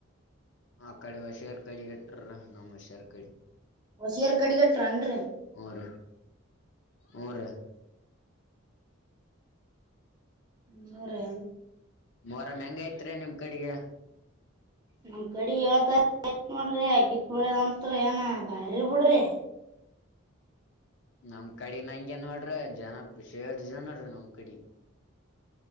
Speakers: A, on the left (about 55°); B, on the right (about 20°).
A: ಆ ಕಡೆ ಹಷಾರ್ ಕಡೆ ಇಟ್ರ ನಮ್ಮ್ ಹಷಾರ್ ಕಡೆ
B: ಹೊಸಿಯರ್ ಕಡಿಗೆಟ್ರನ್ರಿ
A: ಅವರ ಅವರ
B: ಹ್ಞೂರಿ
A: ಮರ ಮ್ಯಾಂಗ ಐತ್ರಿ ನಿಮ್ ಕಡೆಗೆ
B: ನಮ್ ಕಡೆ ಏಳ್ತಾರ ಆಯತ್ ನೋಡ್ರಿ ಅಗ್ಗಿತ್ ಬಿಳದ ಅಂತ್ತ್ರ ಏನ ಬಾರಿ ಬಿಡ್ರಿ
A: ನಮ್ ಕಡ ನ ಹಂಗೆ ನೋಡ್ರಿ ಜನ ಶೇಡ್ ಜನ ನಮ್ ಕಡಿ